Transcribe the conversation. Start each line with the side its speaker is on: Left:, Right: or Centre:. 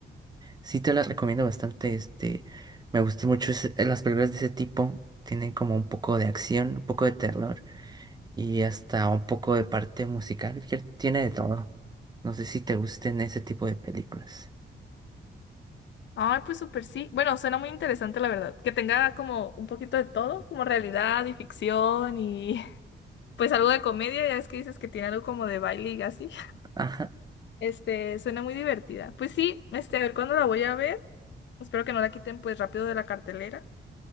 Right: sí te las recomiendo bastante, este, me gustan mucho ese- las películas de ese tipo, tienen como un poco de acción, un poco de terror y hasta un poco de parte musical. que Tiene de todo. No sé si te gusten ese tipo de películas.
Left: Ay, pues súper sí. Bueno, suena muy interesante, la verdad, que tenga como un poquito de todo, como realidad y ficción y <laughs> pues algo de comedia, ya es que dices que tiene algo como de baile y así.
Right: Ajá.
Left: Este, suena muy divertida. Pues sí, este, a ver cuándo la voy a ver. Espero que no la quiten pues rápido de la cartelera.